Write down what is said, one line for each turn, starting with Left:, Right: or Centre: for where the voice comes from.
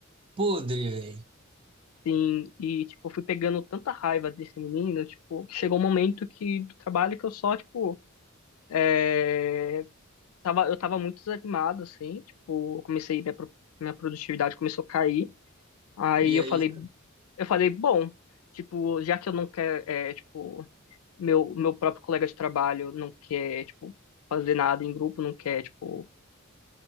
Right: podre, velho.
Left: sim, e, tipo, eu fui pegando tanta raiva desse menino, tipo, que chegou um momento que, do trabalho que eu só, tipo, é, tava, eu tava muito desanimado, assim, tipo, eu comecei, minha, pro- minha produtividade começou a cair. Aí
Right: E
Left: eu
Right: aí,
Left: falei, eu falei, bom, tipo, já que eu não quero, é, tipo, meu, meu próprio colega de trabalho não quer, tipo, fazer nada em grupo, não quer, tipo,